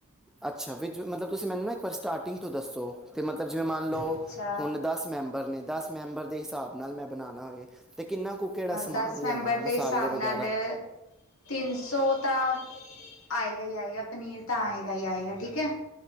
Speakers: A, in the centre; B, on the left.
A: ਅੱਛਾ, ਵੀ ਮਤਲਬ ਤੁਸੀ ਮੈਨੂੰ ਨਾ ਇੱਕ ਵਾਰੀ ਸਟਾਰਟਿੰਗ ਤੋ ਦੱਸੋ, ਤੇ ਮਤਲਬ ਜਿਵੇ ਮ ਮੰਨ ਲਓ
B: ਅੱਛਾ
A: ਹੁਣ ਦਸ ਮੈਂਬਰ ਨੇ, ਦਸ ਮੈਂਬਰ ਦੇ ਹਿਸਾਬ ਨਾਲ ਮੈਂ ਬਣਾਨਾ ਹੋਏ। ਤੇ ਕਿੰਨਾ ਕੁ ਕੇੜਾ ਸਮਾਨ
B: ਦਸ
A: ਲਿਆਵਾ
B: ਮੈਂਬਰ
A: ਮਸਾਲੇ
B: ਦੇ ਹਿਸਾਬ
A: ਵਗੈਰਾ
B: ਨਾਲ ਤਿੰਨ ਸੌ ਤਾ ਆਏਗਾ ਈ ਆਏਗਾ, ਪਨੀਰ ਤਾ ਆਏਗਾ ਈ ਆਏਗਾ, ਠੀਕ ਐ।